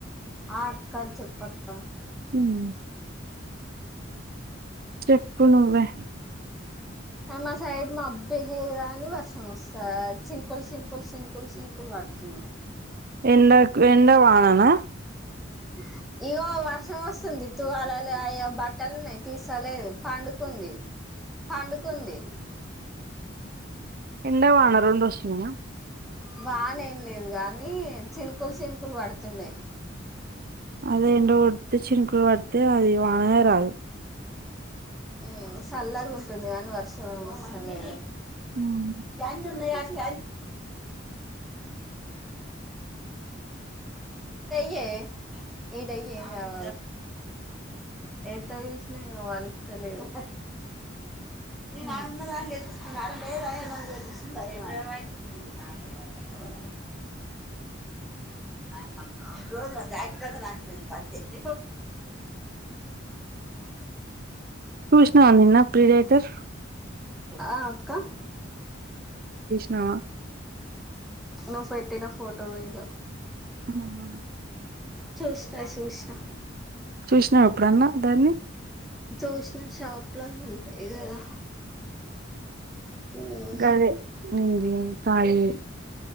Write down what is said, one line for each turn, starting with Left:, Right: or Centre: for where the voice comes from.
Centre: ఆ అక్క చెప్పక్క
Right: ఉమ్ చెప్పు నువ్వే
Centre: మా సైడ్ మాబ్బె లేదు గానీ వర్షం వస్త చిన్కుల్ చిన్కుల్ చిన్కుల్ ప పడుతూ
Right: ఎండాక్ ఎండా వాననా
Centre: <inaudible> ఇగో వర్షం వస్తుంది తూవ్వాల అ బట్టలు ఉన్నాయి. తీస్తలేదు పండుకుంది పండుకుంది
Right: ఎండ వాన రెండొస్తున్నయా?
Centre: వానేం లేదు కానీ చినుకులు చినుకులు పడుతున్నాయి
Right: అదే ఎండ కొడితే చినుకులు పడితే అది వాననేే రాదు
Centre: మ్ చల్లగుంటుంది కానీ వర్షం వస్తలే
Right: ఉమ్.
Centre: <unintelligible> ఉన్నయా <inaudible> <inaudible> కే ఈడ ఏం గావ ఎంత పిల్సిన ఈమె పలుకుత లేదు మీ నాన్న కా లేదు <unintelligible> <inaudible> న మజ జాకెట్ అంద నా బందే <inaudible>
Right: చుశినవా నిన్న ప్రీ రైటర్
Centre: ఆ అక్క
Right: నా
Centre: నువ్ పెట్టిన ఫోటో వేగ
Right: అవున
Centre: చూస్న చూస్నా
Right: చూస్నావ ఎప్పుడన్న దాన్ని?
Centre: చూసిన షాప్లళ్ళ ఉంటాయి కదా ఉమ్
Right: గదె ఉ దీతాయిి